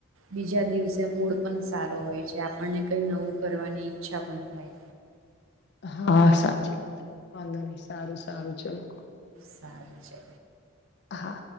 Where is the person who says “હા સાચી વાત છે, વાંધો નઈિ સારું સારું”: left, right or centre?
Left